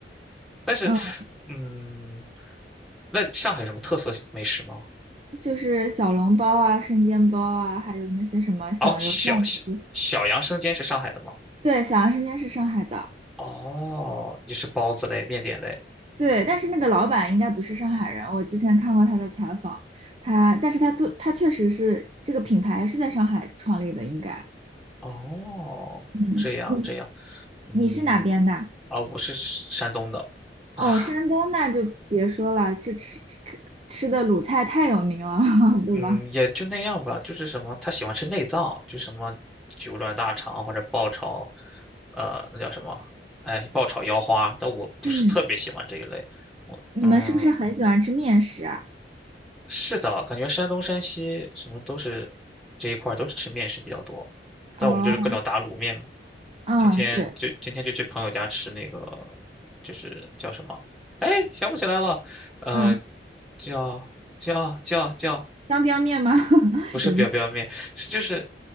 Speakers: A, in the centre; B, on the right.
A: 但是，
B: 嗯。
A: 嗯，那上海有什么特色美食吗？
B: 就是小笼包啊、生煎包啊，还有那些什么响油鳝丝。
A: 哦，小小小杨生煎是上海的吗？
B: 对，响油生煎是上海的，
A: 哦，也是包子类、面点类。
B: 对，但是那个老板应该不是上海人，我之前看过他的采访，他，但是他做，他确实是这个品牌是在上海创立的，应该。
A: 哦，
B: 嗯，
A: 这样这样，
B: 你
A: 嗯，
B: 你是哪边的？
A: 啊，我是山东的，<laughs>
B: 哦，山东那就别说了，这吃吃吃的鲁菜太有名了，<laughs>
A: 嗯，
B: 对吧？
A: 也就那样吧。就是什么，他喜欢吃内脏，就什么九转大肠或者爆炒，呃，那叫什么？哎，爆炒腰花。但我不是特别喜欢这一类。
B: 嗯，
A: 我嗯，
B: 你们是不是很喜欢吃面食啊？
A: 是的，感觉山东、山西什么都是这一块儿都是吃面食比较多，但我们就是各种打卤面嘛。
B: 哦，嗯，
A: 今天就今天就去朋友家吃那个，
B: 对，
A: 就是叫什么？哎，想不起来了，呃，
B: 嗯，
A: 叫叫叫叫，
B: 江边面吗？<laughs>
A: 不是表表面，是就是